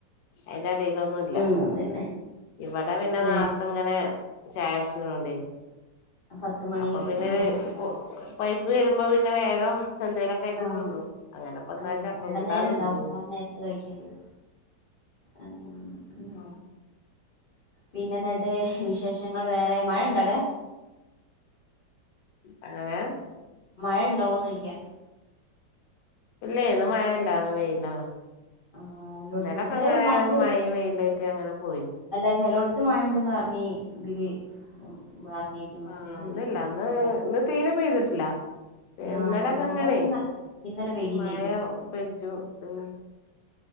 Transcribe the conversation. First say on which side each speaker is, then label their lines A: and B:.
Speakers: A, on the left (about 70°); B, on the left (about 55°).
A: അയിന്റെ എടേലൊന്നും ല്ല
B: ഉം, അത് തന്നെ
A: ഇവിടെ പിന്നെ നാർത്തെ
B: ഏ,
A: ഇങ്ങനെ ചായട്ച്ച്ണൊണ്ടെ
B: പത്ത് മണി
A: അപ്പൊ പിന്നെ
B: അങ്ങനെയൊക്കെ
A: ഒര്
B: ഉണ്ടാവും
A: പൈപ്പ് വരുമ്പോ പിന്നെ വേഗം എന്തേയിലൊക്കെ ആയിട്ട്
B: ആഹ്
A: തിന്നും അങ്ങനെപ്പതാ
B: ആഹ്
A: ചക്ക
B: ഇടനേരം
A: കൂട്ടാൻ
B: ഉണ്ടാവും
A: തിന്ന്
B: ആ നേരത്ത് കഴിക്കേണ്ടി വരും ഉം
A: ആഹ്
B: പിന്നെ എന്നിട്ട് വിശേഷങ്ങൾ വേറെ മഴ ഇണ്ടോ അടെ
A: എങ്ങനെ
B: മഴയുണ്ടോന്ന് ചോയ്ക്കാ
A: ഇല്ലെ ഇന്ന് മഴ ഇല്ല ന്ന് വെയിലാണ്
B: ആഹ് എല്ലോടത്തുണ്ട്
A: ഇന്നലൊക്കെ
B: ചില
A: അങ്ങനെ
B: നാട്ടില്
A: മഴിം വെയിലും ആയിട്ട് അങ്ങനെ പോയിന്
B: അല്ല ചെലോടത്ത് മഴ ഉണ്ട്ന്ന് പറഞ്ഞ് ഇതില് പറഞ്ഞിരുന്നു മെസ്സേജ്
A: ആഹ് ഇന്നില്ല
B: ഉണ്ടായിരുന്നു.
A: ഇന്ന് ഇന്ന് തീരെ പെയ്തിട്ടില്ല ഇന്നലൊക്കെ
B: ആഹ് ഞങ്ങളവിടെയും
A: ങ്ങനൈ
B: ഇന്നലെ പെയ്തില്ലായിരുന്നു
A: മയ പെജും പിന്നെ